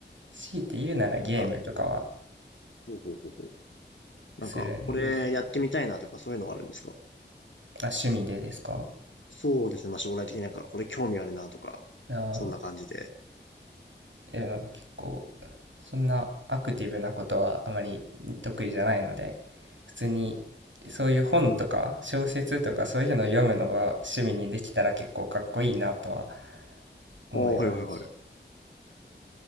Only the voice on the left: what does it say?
あ、ほうほうほうほう。なんか、
これやってみたいなとかそういうのはあるんですか
そうですね。まあ、将来的になんか、これ興味あるなとか、
そんな感じで。
ああ、はいはいはい。